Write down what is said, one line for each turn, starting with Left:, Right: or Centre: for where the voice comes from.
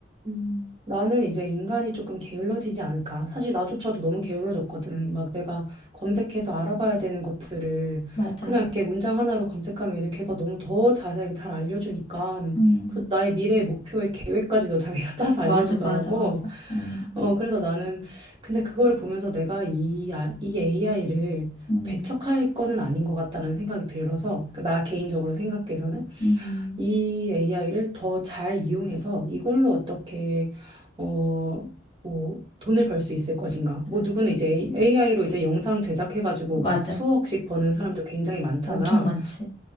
Right: 음. 나는 이제 인간이 조금 게을러지지 않을까? 사실 나조차도 너무 게을러졌거든. 막 내가 검색해서 알아봐야 되는 것들을
Left: 맞아.
Right: 그냥 이렇게 문장 하나로 검색하면 이제 걔가 너무 더 자세하게 잘 알려주니까
Left: 음.
Right: 그래서 나의 미래의 목표의 계획까지도 자기가 <laughs> 짜서
Left: 맞아,
Right: 알려주더라고.
Left: 맞아, 맞아. 음.
Right: 어, 그래서 나는 근데 그거를 보면서 내가 이, 아- 이 AI를
Left: 음.
Right: 배척할 거는 아닌 것 같다는 생각이 들어서 그나 개인적으로 생각해서는
Left: 음.
Right: 이 AI를 더 잘 이용해서 이걸로 어떻게 어, 뭐 돈을 벌 수 있을 것인가? 뭐 누구는 이제 AI로 이제 영상 제작해가지고
Left: 맞아.
Right: 막 수억씩 버는 사람도 굉장히 많잖아.
Left: 엄청 많지.